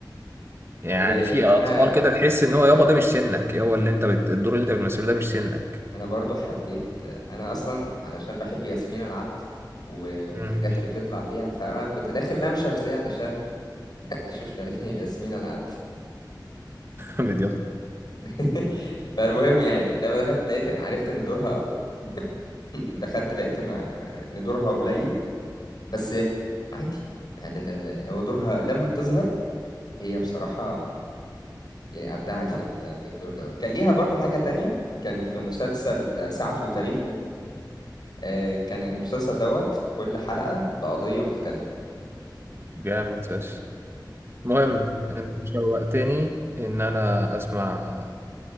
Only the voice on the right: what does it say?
يعني
في أطفال كده تحس إن هو يابا ده مش سنك يابا اللي أنت بت... الدور اللي أنت بتمثله ده مش سنك
مم.
جامد يابا
جامد فشخ المهم أنت شوقتني إن أنا أسمع